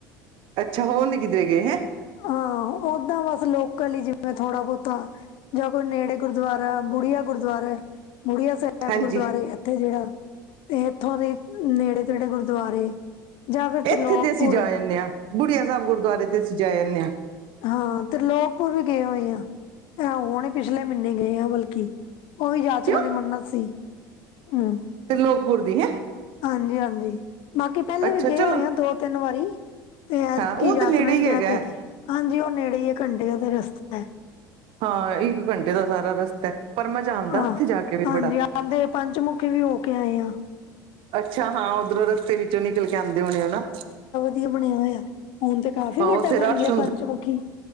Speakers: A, on the right; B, on the left.
A: ਅੱਛਾ ਹੋਰ ਨੀ ਕਿਧਰੇ ਵ ਗਏ ਹੈਂ
B: ਹਾਂ, ਓਦਾਂ ਬਸ ਲੋਕਲ ਹੀ ਜਿਵੇਂ ਥੋੜਾ ਬਹੁਤਾ ਜਾਂ ਕੋਈ ਨੇੜੇ ਗੁਰਦੁਆਰਾ, ਬੁੜੀਆ ਗੁਰਦੁਆਰਾ ਹੈ, ਬੁੜੀਆ ਸਾਹਿਬ ਸਾਹਿਬ
A: ਹਾਂਜੀ
B: ਗੁਰਦੁਆਰੇ ਇੱਥੇ ਜਿਹੜਾ, ਤੇ ਇੱਥੋਂ ਦੇ ਨੇੜੇ- ਤੇੜੇ ਗੁਰਦੁਆਰੇ ਜਾਂ ਫਿਰ ਤ੍ਰਿਲੋਕਪੁਰ
A: ਇੱਥੇ ਤੇ ਅਸੀਂ ਜਾ ਆਣੇ
B: ਇਹ
A: ਹਾਂ, ਬੁੜੀਆ ਸਾਹਿਬ ਗੁਰਦੁਆਰੇ ਤੇ ਅਸੀਂ ਜਾ ਆਣੇ ਹਾਂ
B: ਹਾਂ, ਤ੍ਰੀਲੋਕਪੁਰ ਵੀ ਗਏ ਹੋਏ ਹਾ ਆਂ ਹੁਣੇ ਪਿਛਲੇ ਮਹੀਨੇ ਗਏ ਆ ਬਲਕਿ, ਉਹ ਵੀ ਯਾਤਰਾ
A: ਕਿਉਂ
B: ਦੀ ਮੰਨਤ ਸੀ ਹਮ
A: ਤ੍ਰੀਲੋਕਪੁਰ ਦੀ ਹੈਂ
B: ਹਾਂਜੀ -ਹਾਂਜੀ ਬਾਕੀ ਪਹਿਲੇ
A: ਅੱਛਾ
B: ਵੀ ਗਏ
A: ਚਲੋ
B: ਹੋਏ ਆ ਦੋ' ਤਿੰਨ ਵਾਰੀ, ਤੇ ਏਦਕੀ
A: ਹਾਂ ਉਹ
B: ਯਾਤਰਾ
A: ਤੇ ਨੇੜੇ
B: ਹੀ ਗਹਿ
A: ਹੈਗਾ
B: ਕੇਹਿ ਕੇ
A: ਹੈ।
B: ਹਾਂਜੀ ਉਹ ਨੇੜੇ ਹੀ ਹੈ ਘੰਟੇ ਦੇ ਰਸਤੇ
A: ਹਾਂ ਇੱਕ ਘੰਟੇ ਦਾ ਸਾਰਾ ਰਸਤਾ ਹੈ, ਪਰ ਮਜਾ ਆਂਦਾ
B: ਹਾਂ
A: ਏ ਉੱਥੇ ਜਾ ਕੇ ਵੀ
B: ਹਾਂਜੀ
A: ਬੜਾ
B: ਆਂਦੇ ਪੰਚਮੁਖੀ ਵੀ ਹੋ ਕੇ ਆਏ ਹਾਂ
A: ਅੱਛਾ, ਹਾਂ ਓਧਰੋਂ ਰਸਤੇ ਵਿੱਚੋਂ ਨਿਕਲ ਕੇ ਆਉਂਦੇ ਹੋਣੇ ਓ ਨਾ
B: ਵਦੀਆ ਬਣਿਆ ਹੋਇਆ, ਹੁਣ ਤੇ ਕਾਫ਼ੀ
A: ਹਾਂ
B: ਵੱਡਾ
A: ਉੱਥੇ
B: ਬਣ
A: ਰਸ਼
B: ਗਿਆ ਪੰਚਮੁਖੀ,